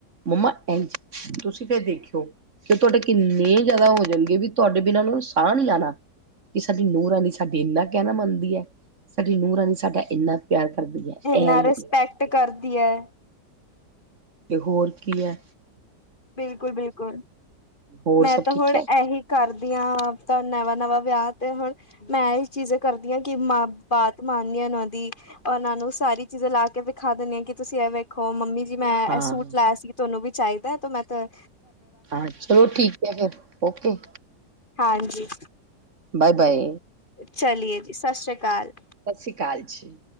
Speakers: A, on the right (about 45°); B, on the left (about 30°).
A: ਮੰਮਾ ਐਂਝ, ਤੁਸੀਂ ਫਿਰ ਦੇਖਿਓ। ਫ ਤੁਹਾਡੇ ਕਿੰਨੇ ਜ਼ਿਆਦਾ ਹੋ ਜਾਣਗੇ, ਵੀ ਤੁਹਾਡੇ ਬਿਨਾਂ ਉਹਨਾਂ ਨੂੰ ਸਾਹ ਨਹੀਂ ਆਣਾ। ਕਿ ਸਾਡੀ ਨੂੰਹ ਰਾਣੀ ਸਾਡੀ ਇੰਨਾ ਕਹਿਣਾ ਮੰਨਦੀ ਹੈ, ਸਾਡੀ ਨੂੰਹ ਰਾਣੀ ਸਾਡਾ ਇੰਨਾ ਪਿਆਰ ਕਰਦੀ ਹੈ।
B: ਇੰਨਾ
A: ਇਹ
B: ਰਿਸਪੈਕਟ
A: ਹੋ ਗਿਆ
B: ਕਰਦੀ ਐ।
A: ਤੇ, ਹੋਰ ਕੀ ਐ।
B: ਬਿਲਕੁਲ, ਬਿਲਕੁਲ।
A: ਹੋਰ
B: ਮੈਂ
A: ਸਭ
B: ਤਾਂ
A: ਠੀਕ
B: ਹੁਣ,
A: ਹੈ
B: ਇਹੀ ਕਰਦੀ ਹਾਂ, ਤਾਂ ਨਵਾਂ-ਨਵਾਂ ਵਿਆਹ ਤੇ ਹੁਣ ਮੈਂ ਇਹ ਚੀਜ਼ ਕਰਦੀ ਹਾਂ ਕਿ, ਮ ਬਾਤ ਮਾਨਨੀ ਓਹਨਾਂ ਦੀ। ਓਹਨਾਂ ਨੂੰ ਸਾਰੀ ਚੀਜ਼ਾਂ ਲਾਕੇ ਵਿਖਾ ਦਿੰਦੇ ਆ ਕਿ, ਤੁਸੀਂ ਐਵੇਂ ਦੇਖੋ ਮੰਮੀ ਜੀ ਮੈਂ,
A: ਹਾਂ
B: ਇਹ ਸੂਟ ਲਾਇਆ ਸੀ ਤੁਹਾਨੂੰ ਵੀ ਚਾਹੀਦਾ ਹੈ? ਤੇ ਮੈਂ, ਤੇ
A: ਹਾਂ, ਚਲੋ ਠੀਕ ਹੈ ਫਿਰ, ਓਕੇ।
B: ਹਾਂਜੀ।
A: ਬਾਏ-ਬਾਏ।
B: ਚਲੀਏ ਜੀ, ਸਤ ਸ੍ਰੀ ਅਕਾਲ।
A: ਸਤ ਸ਼੍ਰੀ ਅਕਾਲ ਜੀ।